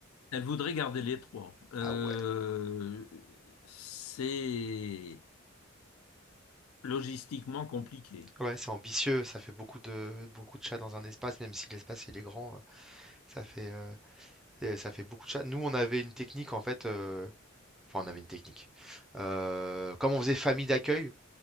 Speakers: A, on the left (about 80°); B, in the centre.
A: Elle voudrait garder les trois. Euh,
B: Ah ouais.
A: c'est logistiquement compliqué.
B: Ouais, c'est ambitieux. Ça fait beaucoup de, beaucoup de chats dans un espace, même si l'espace il est grand. euh, Ça fait, euh, et ça fait beaucoup de chats. Nous, on avait une technique en fait. euh, Enfin, on avait une technique. Euh, comme on faisait famille d'accueil,